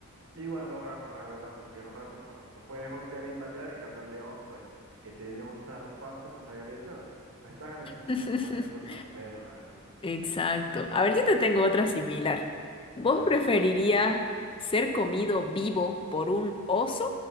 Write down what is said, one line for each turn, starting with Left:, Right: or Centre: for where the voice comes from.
Right: Igual los gatos, la verdad, porque los gatos, bueno, los puedes golpear y patear, en cambio el león, pues, que te dé un zarpazo con la derecha, estás en el piso
Left: <laughs>
Right: conociendo a San Pedro, la verdad.
Left: Exacto. A ver, yo te tengo otra similar. ¿Vos
Right: A ver,
Left: preferirías ser comido vivo por un oso